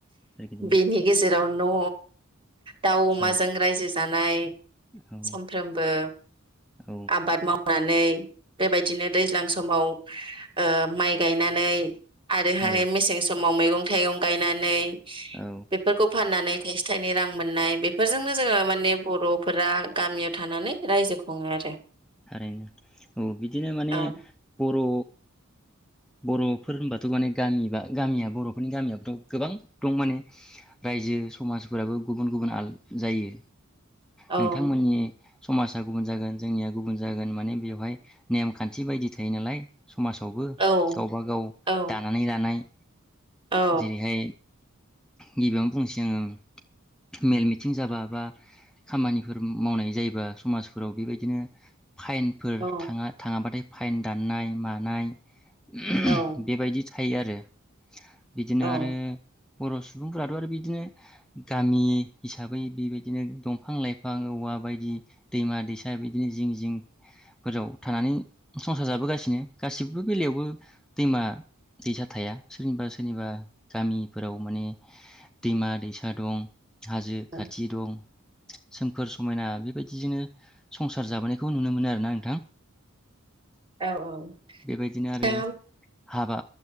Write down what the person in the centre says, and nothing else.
सोरगिदिं
औ
औ
औ
औ
औ
थारैनो औ बिदिनो माने
बर' बर'फोर होनबाथ' माने गामि बा गामिया बर'फोरनि गामियावथ' गोबां दं माने रायजो समाजफोराबो गुबुन गुबुन आल जायो।
नोंथांमोननि समाजा गुबुन जागोन जोंनिया गुबुन जागोन माने बेवहाय नेमखान्थि बायदि थायो नालाय समाजावबो
गावबा गाव
दानानै लानाय
जेरैहाय गिबियावनो बुंसै आङो मेल मिथिं जाबा बा खामानिफोर मावनाय जायोबा समाजफोराव बेबायदिनो <inaudible> फाइनफोर
थाङा थाङा बाथाय फाइन दाननाय मानाय उहुम
बेबायदि था थायो आरो बिदिनो
आरो बर' सुबुंफोराथ' आरो बिदिनो गामि हिसाबै बिबायदिनो दंफां लाइफां औवा बायदि दैमा दैसा बिद बिदिनो जिं जिंफोराव थानानै संसार जाबोगासिनो गासिबो बेलायावबो दैमा दैसा थाया सोरनिबा सोरनिबा गामिफोराव माने दैमा दैसा दं। हाजो
खाथि दं। सोमखोर समायना बेबायदिजोंनो संसार जाबोनायखौ नुनो मोनो आरो। नोंथां
बेबायदिनो आरो
हाबा